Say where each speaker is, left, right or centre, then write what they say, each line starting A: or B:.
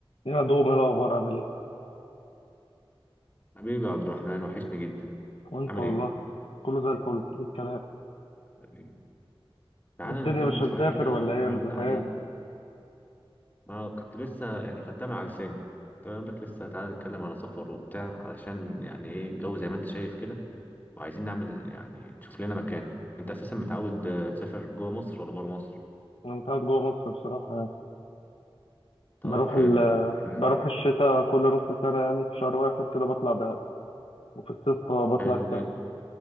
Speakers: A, on the left; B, on the left.
A: يا دوب ايه الاخبار عامل ايه
B: حبيبي يا عبد الرحمن وحشني جدا
A: وانت
B: عامل
A: والله
B: ايه؟
A: كله زي الفل ايه الكلام
B: حبيبي. تعالى
A: الدنيا
B: نتكلم
A: مش
B: شوية
A: هنسافر
B: كده
A: ولا
B: بما
A: ايه انا
B: اننا
A: زهقان
B: قاعدين انا كنت لسه يعني خدتها من على لساني طيب اقول لك لسه تعالى نتكلم على سفر وبتاع علشان يعني ايه الجو زي ما انت شايف كده وعايزين نعمل يعني نشوف لنا مكان انت اساسا متعود آه، تسافر جوه مصر ولا بره مصر؟
A: انا متعود جوه مصر بصراحه يعني
B: طب
A: بروح
B: حلو
A: ال...
B: اشمعنى؟
A: بروح الشتاء كل نص سنه يعني في شهر واحد كده بطلع دهب وفي الصيف بطلع
B: حلو
A: الساحل
B: جدا